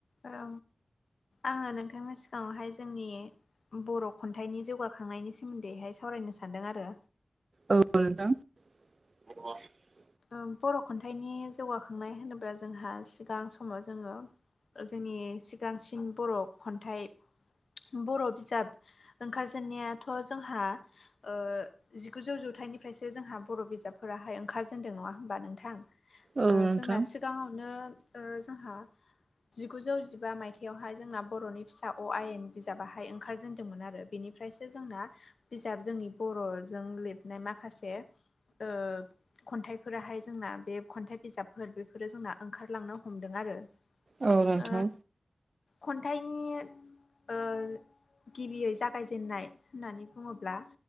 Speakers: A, on the left; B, on the right.
A: औ आङो नोंथांनि सिगाङावहाय जोंनि बर' खन्थाइनि जौगाखांनायनि सोमोन्दैहाय सावरायनो सानदों आरो।
B: औ नोंथां। <unintelligible>
A: ओं बर' खन्थाइनि जौगाखांनाय होनोब्ला जोंहा सिगां समाव जोङो ओ जोंनि सिगांसिन बर' खन्थाइ बर' बिजाब ओंखारजेननायाथ' जोंहा ओ जिगुजौ जौथाइनिफ्रायसो जोंहा बर' बिजाब फोराहाय ओंखारदों नङा होनबा नोंथां?
B: औ
A: ओ
B: नोंथां
A: जोंहा सिग गाङावनो ओ जोंहा जिगुजौ जिबा मायथाइावहाय जोंना बर'नि फिसा अ' आयेन बिजाबाहाय ओंखारजेनदोंमोन आरो। बेनिफ्रायसो जोंना बिजाब जोंनि बर'जों लिरनाय माखासे ओ खन्थाइफोराहाय जोंना बे खन्थाइ बिजाबफोर बेफोरो जोंना ओंखारलांनो हमदों आरो।
B: औ नोंथां
A: ओ खन्थाइनि ओ गिबियै जागायजेनन्नाय होननानै बुङोब्ला